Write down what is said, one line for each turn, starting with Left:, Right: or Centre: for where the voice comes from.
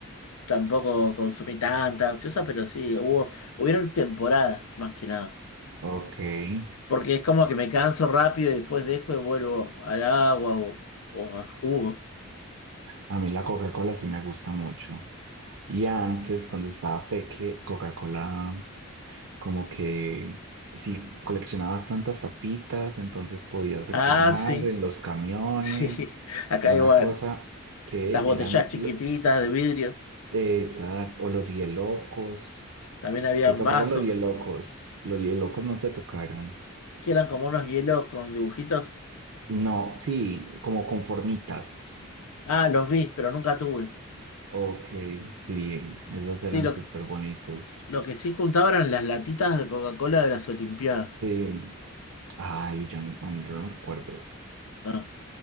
Left: tampoco consumí tanta gaseosa, pero sí, hubo, hubieron temporadas más que nada.
Right: Ok. Entonces,
Left: Porque es como que me canso rápido y después dejo y vuelvo al agua o, o a jugo.
Right: a mí la Coca-Cola sí me gusta mucho. Y antes, cuando estaba peque, Coca-Cola, como que si coleccionabas tantas tapitas, entonces podías reclamar
Left: Ah, sí,
Right: en los camiones,
Left: <laughs> sí, acá
Right: una
Left: igual.
Right: cosa que
Left: Las botellas
Right: eran,
Left: chiquititas
Right: lo-
Left: de vidrio,
Right: Esas, o los hielocos.
Left: también habían
Right: Te tocaron
Left: vasos,
Right: los hielocos. Los hielocos no te tocaron.
Left: que eran como unos hielos con dibujitos.
Right: No, sí, como conformitas.
Left: Ah, los vi, pero nunca tuve.
Right: Ok, sí, esos
Left: Sí,
Right: eran
Left: lo,
Right: súper
Left: que-
Right: bonitos.
Left: lo que sí juntaba eran las latitas de Coca-Cola de las Olimpiadas.
Right: Sí, ay, yo no, yo no recuerdo eso.
Left: no.